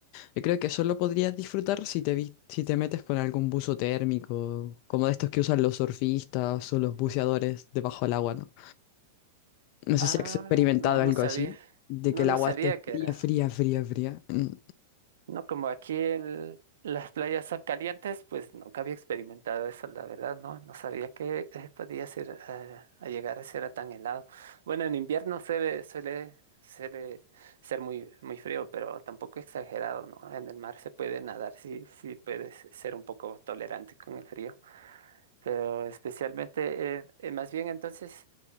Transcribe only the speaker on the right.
Ah,
no, no
sabía.
No,
no
sabía
que
era.
No, como aquí el, las playas son calientes, pues nunca había experimentado eso, la verdad, ¿no? No sabía que eh, podía ser, eh, a llegar a ser tan helado. Bueno, en invierno se ve- suele, suele ser muy, muy frío, pero tampoco exagerado, ¿no? En el mar se puede nadar, sí, sí puedes ser un poco tolerante con el frío, pero especialmente, eh, eh, más bien entonces...